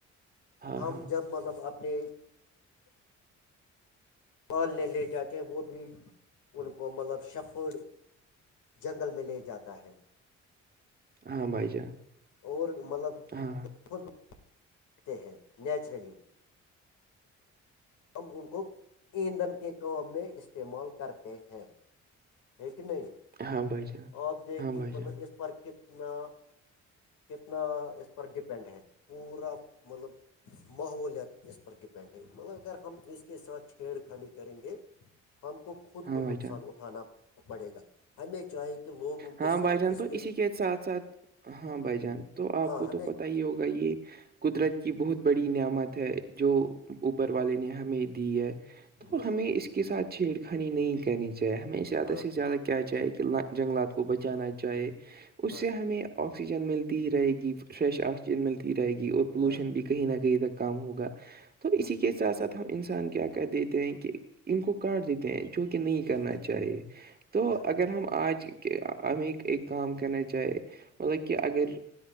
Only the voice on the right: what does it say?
ہاں
ہاں ہاں
ہاں بھائی جان
ہاں
ہاں بھائی جان
ہاں
بھائی
جان
ہاں
بھائی
جان
ہاں
بھائی جان
تو
اسی ساتھ ساتھ ہاں بھائی جان تو آپ
کو
تو پتا ہی ہوگا یہ قدرت کی بہت بڑی نعمت ہے جو اوپر والے نے ہمیں دی ہے تو
ہمیں اس کے ساتھ چھیڑخانی نہیں کرنی چاہیے ہمیں زیادہ
سے زیادہ کیا چاہے کہ جنگلات کو بچانا چاہے اس
سے ہمیں آکسیجن ملتی ہی رہے گی فریش آکسیجن ملتی ہی رہے گی اور پولوشن
بھی کہیں نہ کہیں تک کام ہوگا تو اسی
کے ساتھ ساتھ ہم انسان کیا کر دیتے ہیں کہ ان کو کاٹ دیتے ہیں جو کہ نہیں کرنا
چاہیے تو
اگر ہم آج کے ہمیں ایک کام کرنا چاہیے مطلب کہ اگر